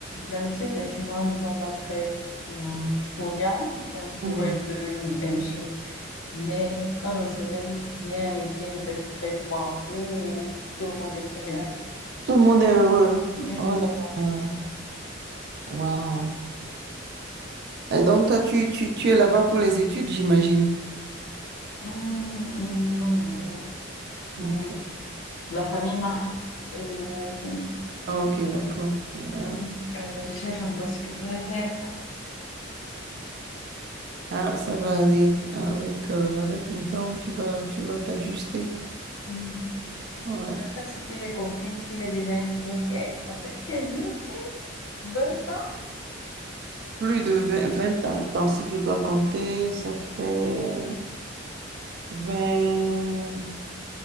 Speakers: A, on the left; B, on the right.
A: D'habitude, les Finnois ne sont pas très hum, souriants. Ils sont toujours
B: Mhm.
A: un peu grincheux. Mais quand le soleil vient et qu'il ne fait plus très froid, ou tout le monde est souriant.
B: Tout le monde est heureux.
A: Et,
B: Oh là là. Waouh. Et donc, toi, tu, tu, tu es là-bas pour les études, j'imagine.
A: hum, non, non. hum,
B: Ok,
A: La famille m'a fait venir ici.
B: Ah, ok, d'accord. Yeah.
A: Donc, euh, je cherche encore ce que je vais faire.
B: Ah, ça va aller. Avec, euh, avec le temps, tu vas, tu vas t'ajuster.
A: Hum,
B: Ouais.
A: D'après ce que j'ai compris, tu es déjà une New-Yorkaise. En fait, tu es New-Yorkaise. 20 ans?
B: Plus de vingt vingt ans. Attends, si je dois compter, ça fait vingt